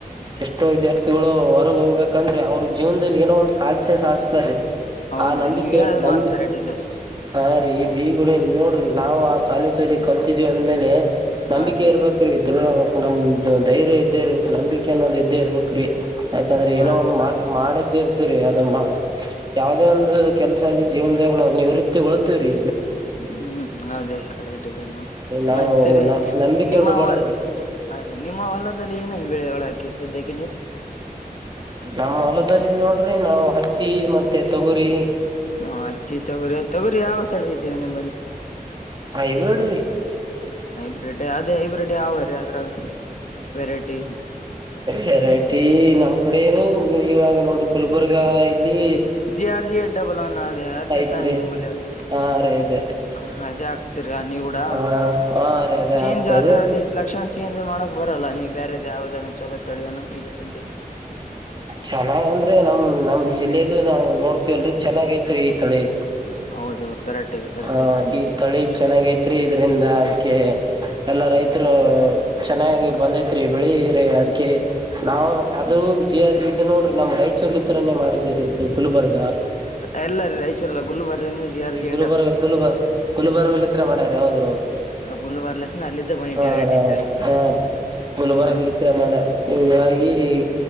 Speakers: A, on the right; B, on the left.
A: ಎಷ್ಟೋ ವಿದ್ಯಾರ್ಥಿಗಳು ಹೊರಗೆ ಹೋಗ್ಬೇಕಂದ್ರೆ ಅವ್ರ ಜೀವನದಲ್ಲಿ ಏನೋ ಸಾಧಸೇ ಸಾಧತಾರೀ
B: ಹೌದಾ
A: ಆ ನಂಬಿಕೆ
B: ನೀವ್ ಹೇಳದ್
A: ನಂಬಿ
B: ಮಾತ್ ಕರೆಕ್ಟ್ ಇದ್ದಾರೆ
A: ಹಾ ರೀ ಈ ಬೀಗುಡ ನೋಡ್ರಿ ನಾವು ಆ ಕಾಲೇಜಲ್ಲಿ ಕಲ್ತಿದೀವಿ ಅಂದ್ಮೇಲೆ ನಂಬಿಕೆ
B: ಅದ
A: ಇರ್ಬೇಕ್ರೀ ದೃಢ ನಮ ಧೈರ್ಯ ಇದ್ದೇ ನಂಬಿಕೆ ಅನ್ನೋದ ಇದ್ದೇ ಇರ್ಬೇಕ್ರಿ ಯಾಕಂದ್ರೆ
B: ಹ
A: ಏನೋ
B: ಹ
A: ಒಂದು ಮಾಡ ಮಾಡೇತಿೀರ್ ಅದಮ್ಮ ಯಾವದೇ ಒಂದು ಕೆಲ್ಸಲ್ಲಿ ಜೀವನದಾಗ ನಾವು ನಿವೃತ್ತಿ ಉಳ್ತೀವ್ರಿ
B: ಹ್ಮ್್ಮ್ ಅದೇ ಅೇ
A: ನಾವು
B: ಮತ್ತ
A: ನಂಬಿಕೆ
B: ನಿಮ್ಮ
A: ಬಿಡ್ಬಾರ್ದ್ರಿ
B: ಅ ನಿಮ್ಮ ಹೊಲದಲ್ಲಿ ಏನೇನ್ ಒಳ ಹಗಿಿದ್ದಕ್ಕೆ
A: ನಮ್ಮ ಹೊಲದಲ್ಲಿ ನೋಡ್ರಿ ನಾವು ಹತ್ತಿ ಮತ್ತೆ ತೊಗರಿ
B: ಹಾ ಅತ್ತಿ ತಗರಿ ಅ ತೊಗೋರಿ ಯಾವ ತಳಿ ಇದ್ದೇವೆ ನಿಂಬಲ್ಲಿ
A: ಎಂಬ್ರೋಡರಿ
B: ಹೈಬ್ರೆಡ್ ಅದೇ ಹೈಬ್ರೆಡ್ ಯಾವ ರೀ ಅದ್ರಾಗ ವೆರೈಟಿ
A: ವೆರೈಟಿ ನಮ್ ಕಡೆ ಏನ ಇವಾಗ ನೋಡ್ರಿ ಗುಲ್ಬರ್ಗ ಇ ಇಲ್ಲಿ
B: G R G A double one ಅದೆ ಅದೇ
A: ಐತ್ರಿ
B: ತಾನೇ ನಿಂಬಲಕ
A: ಹಾ ರೀ ಅದೇ ರೀ
B: ಹ ಅದೇ ಆಗ್ತೀರಾ ನೀವುಡಾ
A: ಹ ಹಾ ರೀ ಅದೇ
B: ಚೇಂಜ್
A: ಆಗ್ತವ್ರೀ
B: ಆದ್ರ ಅಲ್ಲಿ ಲಕ್ಷಣ ಚೇಂಜ್ ಮಾಡಕಕ್ ಬರಲ್ಲ ನೀವು ಬೇರೆ್ದ ಯಾವ್ದ ಚಲೋ ತಳಿಯ ಅನ ಈಗ ಸದ
A: ಚೆನ್ನಾಗ ಅಂದ್ರೆ ನಮ್ ನಮ್ ಜಿಲ್ಲೆದು ನಾವವು ನೋಡ್ತವಲ್ರಿ ಚೆನ್ನಾಗ ಐತ್ರಿ ಈ ತಳಿ
B: ಹೌದುೌದು ಕರೆಕ್ಟ್ ಇದೆ ಕರೆಕ್ಟ್
A: ಹ
B: ಇದೆ
A: ಈ ತಳಿ ಚೆನ್ನಾಗ ಐತ್ರಿ ಇದ್ರಿಂದ ಅದ್ಕ್ಕೆ ಎಲ್ಲಾ ರೈತರು ಚೆನ್ನಾಗಿ ಬಂದೈತ್ರಿ ಬಿಳಿ ಅದ್ಕ ನಾವು ಅದು
B: ಹ್ಮ್
A: ಜ ನೋಡ್ರ ನ್ ರೈಚರು ಇ ತರನೇ ಮಾಡಿದ್ದ ರೀ ಗುಲ್ಬರ್ಗ
B: ಎಲ್ಲಐಚರಲ್ಲ ಗುಲ್ಬರ್ಂದ ಜಿಾರ್ ಜ
A: ಗುರುಬಾರ ಗುರುಬ ಕುಲಬರ್ಗಳತ್ರ ಮಾಡ್ಯಾರೆ ಹೌದು ಹೌದು
B: ಗುಲ್ಬರ್ಲೆಸ್ನ ಅಲ್ಲಿದ್ದೇ ಬಂದಿದೆ
A: ಹಾೌ
B: ವೆರೈಟಿ ತಳಿ
A: ಹಾ ಗುಲ್ಬರ್ಗ
B: ಅಲ್ಲಿ
A: ಕಮೆ ಹೀಗಾಗಿ ಈ